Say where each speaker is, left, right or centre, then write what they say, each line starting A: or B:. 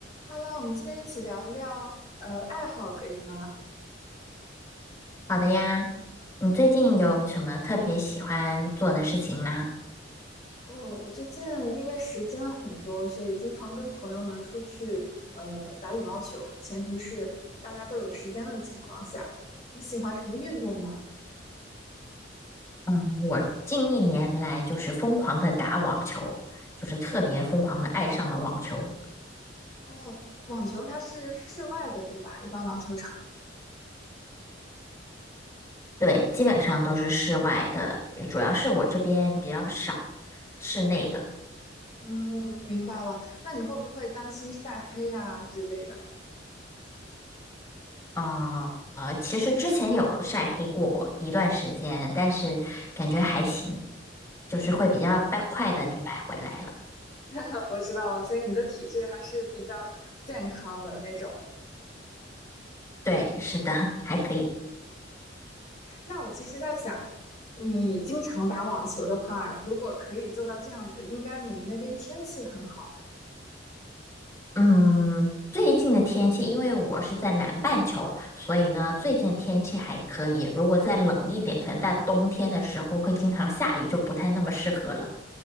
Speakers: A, on the left; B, on the left.
A: Hello，我们今天一起聊一聊呃爱好，可以吗？
B: 好的呀，你最近有什么特别喜欢做的事情吗？
A: 哦，我最近因为时间很多，所以经常跟朋友们出去呃打羽毛球，前提是大家都有时间的情况下。你喜欢什么运动吗？
B: 嗯，我近一年来就是疯狂的打网球，就是特别疯狂的爱上了网球。
A: 哦，网球它是室外的，对吧？一般网球场。
B: 对，基本上都是室外的，主要是我这边比较少室内的。
A: 嗯，明白了。那你会不会担心晒黑呀、之类的？
B: 啊、呃，其实之前有晒黑过一段时间，但是感觉还行，就是会比较快快的就白回来了。
A: 嗯，<laughs> 我知道了，所以你的体质还是比较健康的那种。
B: 对，是的，还可以。
A: 那我其实在想，你经常打网球的话，如果可以做到这样子，应该你们那边天气很好。
B: 嗯，最近的天气，因为我是在南半球，所以呢，最近的天气还可以。如果再冷一点，可能在冬天的时候会经常下雨，就不太那么适合了。